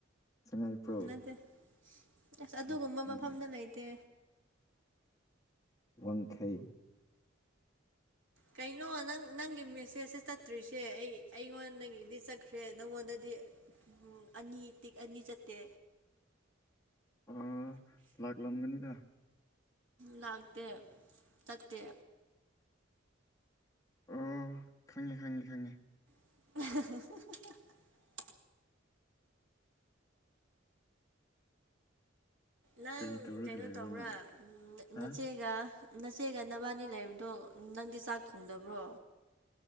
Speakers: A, on the left; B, on the right.
A: ꯁꯉꯥꯏꯄ꯭ꯔꯧ
B: ꯅꯠꯇꯦ ꯑꯁ
A: ꯑꯗꯨꯗꯤ
B: ꯑꯗꯨꯒꯨꯝꯕ ꯃꯐꯝꯗ ꯂꯩꯇꯦ
A: ꯋꯥꯡꯈꯩ
B: ꯀꯩꯅꯣ ꯅꯪ ꯅꯪꯒꯤ ꯃꯦꯁꯦꯁꯁꯦ ꯆꯠꯇ꯭ꯔꯤꯁꯦ ꯑꯩ ꯑꯩꯉꯣꯟꯗꯒꯤꯗꯤ ꯆꯠꯈ꯭ꯔꯦ ꯅꯪꯉꯣꯟꯗꯗꯤ
A: <inaudible>
B: ꯎꯝ ꯑꯅꯤ ꯇꯤ ꯑꯅꯤ ꯆꯠꯇꯦ
A: ꯑꯥ ꯂꯥꯛꯂꯝꯒꯅꯤꯗ
B: ꯂꯥꯛꯇ ꯇꯠꯇꯦ
A: ꯑꯣ ꯈꯪꯉꯦ ꯈꯪꯉꯦ ꯈꯪꯉꯦ
B: <inaudible> ꯅꯪ
A: ꯀꯔꯤ ꯇꯧꯔꯒ
B: ꯀꯩꯅꯣ
A: ꯂꯩꯕ꯭ꯔꯣ
B: ꯇꯧꯕ꯭ꯔꯥ
A: ꯅꯪ ꯍꯥ
B: ꯅꯆꯦꯒ ꯅꯆꯦꯒ ꯅꯕꯥꯅꯤ ꯂꯩꯕꯗꯣ ꯅꯪꯗꯤ ꯆꯥꯛ ꯊꯣꯡꯗꯕ꯭ꯔꯣ